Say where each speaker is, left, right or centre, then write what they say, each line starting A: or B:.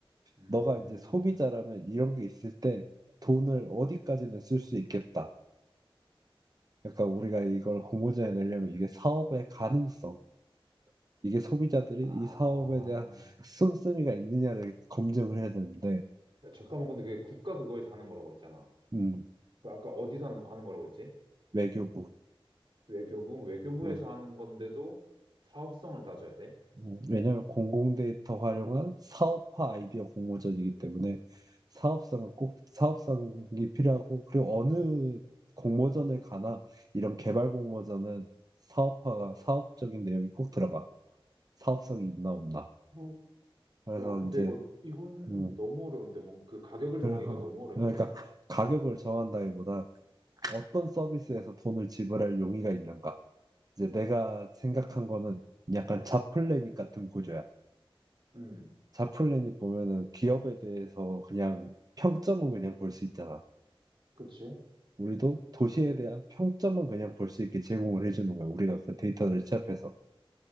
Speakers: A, on the right; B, on the right.
A: 음,
B: 너가 이제 소비자라면 이런 게 있을 때 돈을 어디까지는 쓸 수 있겠다. 그러니까 우리가 이걸 공모전에 내려면 이게 사업의 가능성. 이게 소비자들이
A: 아.
B: 이 사업에 대한 씀씀이가 있느냐를 검증을 해야 되는데,
A: 야, 잠깐만, 근데 그게 국가 그거에서 하는 거라고 했잖아.
B: 음,
A: 그 아까 어디서 하는 하는 거라고 했지?
B: 외교부.
A: 외교부? 외교부에서
B: 음,
A: 하는 건데도 사업성을 따져야 돼?
B: 음, 왜냐하면 공공 데이터 활용한 사업화 아이디어 공모전이기 때문에 사업성은 꼭 사업성이 필요하고 그리고 어느 공모전을 가나 이런 개발 공모전은 사업화가 사업적인 내용이 꼭 들어가. 사업성이 있나 없나.
A: 어,
B: 그래서
A: 야, 근데
B: 이제
A: 이거, 이거는
B: 음,
A: 너무 어려운데, 뭔, 그 가격을
B: 그래서
A: 정하기가 너무 어려운데?
B: 그러니까 가격을 정한다기보다 어떤 서비스에서 돈을 지불할 용의가 있는가. 이제 내가 생각한 거는 약간 자플래닛 같은 구조야.
A: 음,
B: 자플래닛 보면은 기업에 대해서 그냥 평점은 그냥 볼 수 있잖아.
A: 그치?
B: 우리도 도시에 대한 평점은 그냥 볼 수 있게 제공을 해주는 거야. 우리가 그 데이터를 취합해서.